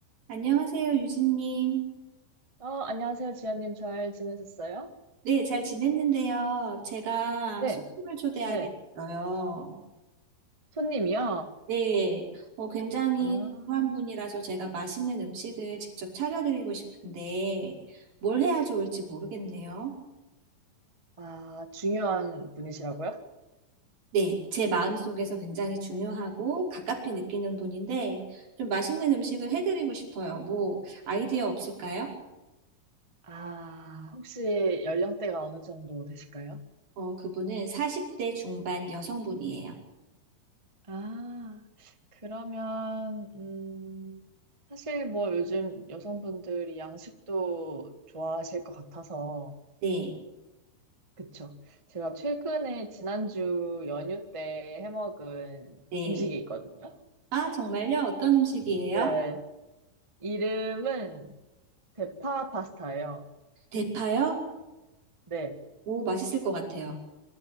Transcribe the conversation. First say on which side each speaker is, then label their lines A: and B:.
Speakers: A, on the right; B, on the right.
A: 안녕하세요, 유진님.
B: 어, 안녕하세요, 지연님. 잘 지내셨어요?
A: 네, 잘 지냈는데요. 제가
B: 네,
A: 손님을 초대하겠어요.
B: 네. 손님이요?
A: 네, 어, 굉장히
B: 아,
A: 중요한 분이라서 제가 맛있는 음식을 직접 차려드리고 싶은데 뭘 해야 좋을지 모르겠네요.
B: 아, 중요한 분이시라고요?
A: 네, 제 마음속에서 굉장히 중요하고 가깝게 느끼는 분인데 좀 맛있는 음식을 해드리고 싶어요. 뭐 아이디어 없을까요?
B: 아, 혹시 연령대가 어느 정도 되실까요?
A: 어, 그분은 40대 중반 여성분이에요.
B: 아, 그러면, 음, 사실 뭐 요즘 여성분들이 양식도 좋아하실 것 같아서,
A: 네,
B: 그쵸. 제가 최근에 지난주 연휴 때 해먹은
A: 네.
B: 음식이 있거든요.
A: 아, 정말요? 어떤 음식이에요?
B: 네. 이름은 대파 파스타예요.
A: 대파요?
B: 네.
A: 오, 맛있을 것 같아요.